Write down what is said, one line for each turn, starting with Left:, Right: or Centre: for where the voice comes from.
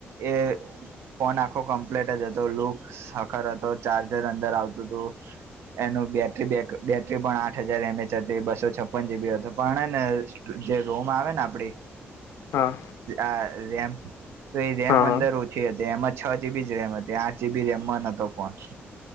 Right: એ ફોન આખો કમ્પ્લેટ જ હતો, લૂક સાકર હતો, ચાર્જર અંદર આવતું હતું. એનું બેટરી બેકઅ બેટરી પણ આઠ હજાર એમ એચ હતી, બસો છપ્પન જીબી હતો, પણ હેને જે રોમ આવે ને આપડી
Left: હા
Right: આ રેમ, તો એ રેમ
Left: હા હા
Right: અંદર ઓછી હતી, એમાં છ જીબીજ રેમ હતી, આઠ જીબી રેમમાં નતો ફોન.